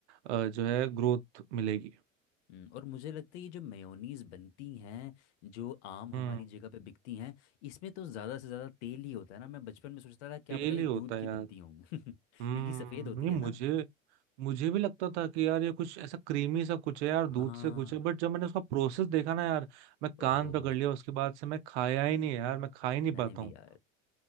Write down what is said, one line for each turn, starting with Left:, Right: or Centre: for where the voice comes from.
Right: अ, जो है ग्रोथ मिलेगी
Left: हम्म, और मुझे लगता है ये जो मेयोनीज बनती हैं जो आम हमारी
Right: हम्म
Left: जगह पे बिकती हैं इसमें तो ज़्यादा से ज़्यादा तेल ही होता है ना मैं बचपन में सोचता था क्या
Right: तेल
Left: पता ये
Right: ही होता
Left: दूध की
Right: है यार
Left: बनती होंगी <laughs> क्योंकि
Right: हम्म
Left: सफ़ेद होती
Right: नहीं
Left: है
Right: मुझे
Left: ना
Right: मुझे भी लगता था कि यार ये कुछ ऐसा क्रीमी सा कुछ है यार
Left: हाँ
Right: दूध से कुछ है बट जब मैंने उसका प्रोसेस देखा ना यार मैं कान
Left: ओहो
Right: पकड़ लिया उसके बाद से मैं खाया ही नहीं यार मैं खा ही नहीं
Left: मैंने
Right: पाता
Left: भी
Right: हूँ
Left: यार